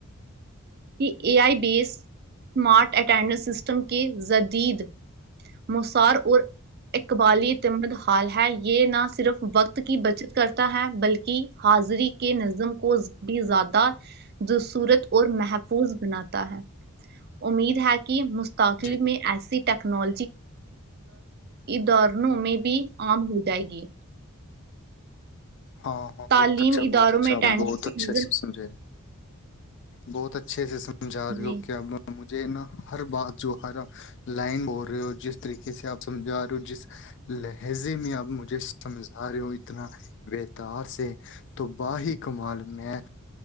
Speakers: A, on the right; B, on the left.
A: کہ A I base smart attendance system کے جدید موسار اور قبالتمد حال ہے یہ نہ صرف وقت کی بچت کرتا ہے بلکہ حاضری کے نظم کو بھی زیادہبصورت اور مح محفوظ بناتا ہے امید ہے کہ کاتلی
B: جی
A: میں ایس ٹیکنالوجی ادورنوں میں بھی عام ہو جائے گی
B: ہاں ہاں
A: تعلیم
B: بہت اچھا
A: اداروں
B: بہت اچھا
A: میں اٹینڈنس
B: بہت
A: کے
B: اچھامجھے
A: نظم
B: بہت اا چھ س <inaudible> سمج جا رہی
A: جی
B: ہو کیاجھے <inaudible> مجھے نا ہر بات جو ہر لائن بول رہے ہو جس طریقے سے آپ سمجھا رہے ہو جس لہجے میں آپ مجھے سمجھا رہے ہو اتنا بتار سے تو باہ کمال میں